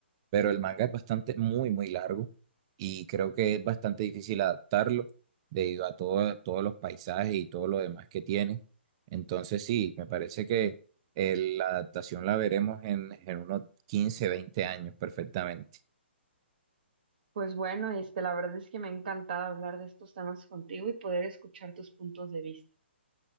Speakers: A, on the right; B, on the right.
A: pero el manga es bastante, muy, muy largo y creo que es bastante difícil adaptarlo debido a todo- todos los paisajes y todo lo demás que tiene. Entonces sí, me parece que eh, la adaptación la veremos en, en unos 15 20 años perfectamente.
B: Pues bueno, este, la verdad es que me ha encantado hablar de estos temas contigo y poder escuchar tus puntos de vista.